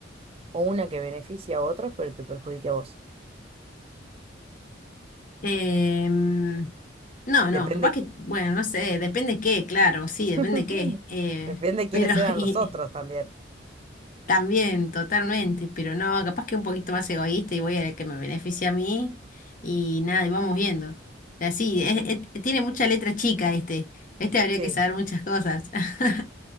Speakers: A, on the right; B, on the left.
A: ¿O una que beneficie a otros pero te perjudique a vos?
B: Em, no, no,
A: Depende,
B: capaz que, bueno, no sé, depende qué, claro, sí, depende
A: <laughs>
B: qué. eh,
A: depende quiénes
B: pero,
A: eran
B: <laughs> y
A: los otros también.
B: también, totalmente, pero no, capaz que un poquito más egoísta y voy a que me beneficie a mí y nada, y vamos viendo. O sea, sí,
A: Y sí,
B: es- es- tiene mucha letra chica este. Este habría
A: sí.
B: que saber muchas cosas. <laughs>